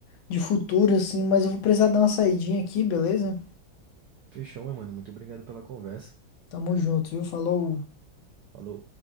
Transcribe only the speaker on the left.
de futuro, assim, mas eu vou precisar dar uma saidinha aqui, beleza?
Tamo junto, viu? Falou.